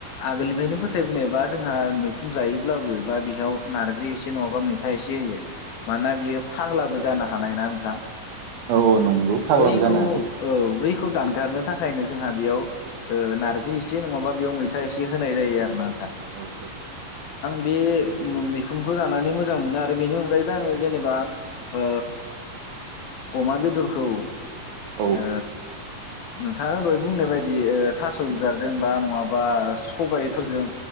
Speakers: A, on the left; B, on the right.
A: आगोलनिफायनो फोथायबोनाय बा जोंहा मैखुन जायोब्लाबो बा बेहयाव नार्जि एसे नङाबा मै था इसे होयो मानोना बियो फाग्लाबो जानो हानाय ना नोंथां
B: औ औ नंगौ फाग्लाबो
A: बैखौ
B: जानो हानाय
A: औ बैख खौ दानगारनो थाखायनो जोंहा बेयाव ओ नारजि एसे नङाबा बेयाव मैथा एसे होनाय जायो आरो ना
B: औ औ
A: <inaudible> बे मैखुनखौ जानानै मोजां मोनो आरो बेनि अनगायैबो आङो जेनेबा ओ अमा बेदरखौ ओ
B: औ
A: नोंथाङा दहाय बुंनाय बायदि थास
B: औ
A: बिबारजों बा नङाबा सबायफोरजों